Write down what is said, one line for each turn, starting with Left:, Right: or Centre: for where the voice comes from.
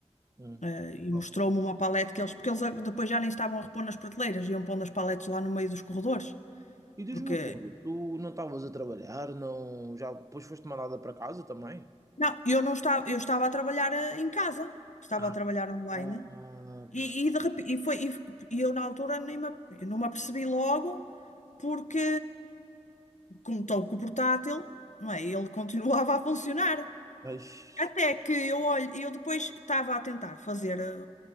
Right: Hum.
Left: Eh,
Right: Bom.
Left: e mostrou-me uma palete que eles, porque eles a- depois já nem estavam a repor nas prateleiras, iam pondo as paletes lá no meio dos corredores.
Right: E diz-me
Left: Porque,
Right: uma coisa, tu não estavas a trabalhar, não, já depois foste mandada para casa também?
Left: não, eu não estava, eu estava a trabalhar eh, em casa, estava
Right: Ah,
Left: a trabalhar online.
Right: ah,
Left: E, e, de repe- e foi, e, f- e eu na altura nem me, ap- eu não me apercebi logo, porque como estou com o portátil, não é? Ele <laughs> continuava a funcionar.
Right: Eish,
Left: Até que eu olho, eu depois estava a tentar fazer, eh,